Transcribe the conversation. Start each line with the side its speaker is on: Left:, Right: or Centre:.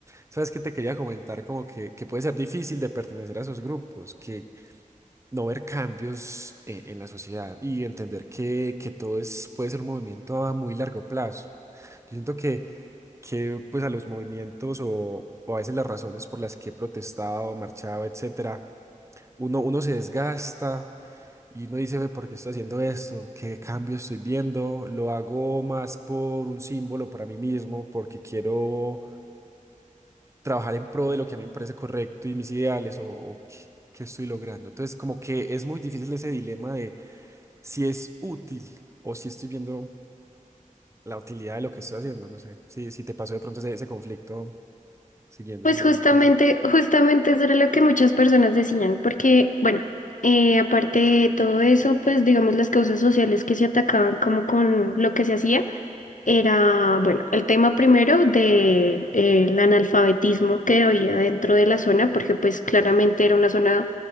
Right: ¿Sabes qué te quería comentar? Como que, que puede ser difícil de pertenecer a esos grupos, que no ver cambios eh, en la sociedad y entender que, que todo es, puede ser un movimiento a muy largo plazo. Yo siento que, que pues a los movimientos o, o a veces las razones por las que he protestado, marchado, etcétera, uno, uno se desgasta y uno dice, ve, ¿por qué estoy haciendo esto? ¿Qué cambio estoy viendo? Lo hago más por un símbolo para mí mismo, porque quiero trabajar en pro de lo que a mí me parece correcto y mis ideales o, o qué, qué estoy logrando. Entonces, como que es muy difícil ese dilema de si es útil o si estoy viendo la utilidad de lo que estoy haciendo. No sé, si, si te pasó de pronto ese, ese conflicto siguiendo
Left: Pues
Right: ese movimiento
Left: justamente,
Right: así.
Left: justamente eso era lo que muchas personas decían, porque, bueno, eh, aparte de todo eso, pues digamos las causas sociales que se atacaban como con lo que se hacía era, bueno, el tema primero de eh, el analfabetismo que había dentro de la zona, porque pues claramente era una zona